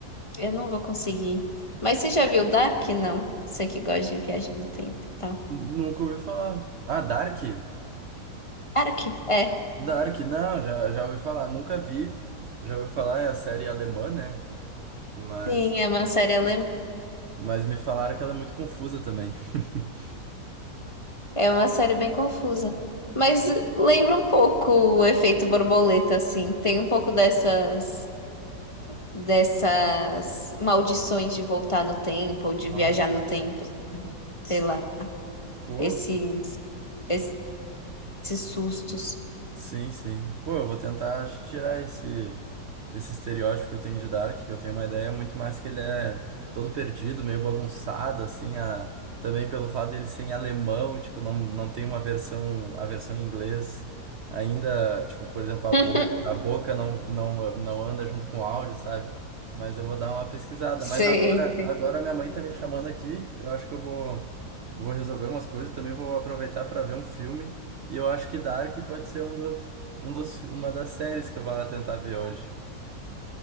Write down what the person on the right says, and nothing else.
Nunca ouvi falar. Ah, Dark?
Dark, não, já, já ouvi falar. Nunca vi. Já ouvi falar, é a série alemã, né? Mas,
mas me falaram que ela é muito confusa também. <laughs>
Nossa,
pô,
Sim, sim. Pô, eu vou tentar tirar esse, esse estereótipo que eu tenho de Dark, que eu tenho uma ideia muito mais que ele é todo perdido, meio bagunçado, assim, a, também pelo fato dele ser em alemão, tipo, não, não tem uma versão, a versão em inglês ainda, tipo, por exemplo, a
boca, a boca não, não, não anda junto com o áudio, sabe? Mas eu vou dar uma pesquisada.
Mas agora, agora minha mãe tá me chamando aqui, eu acho que eu vou, vou resolver umas coisas, também vou aproveitar para ver um filme. E eu acho que Dark pode ser um do, um dos, uma das séries que eu vou lá tentar ver hoje.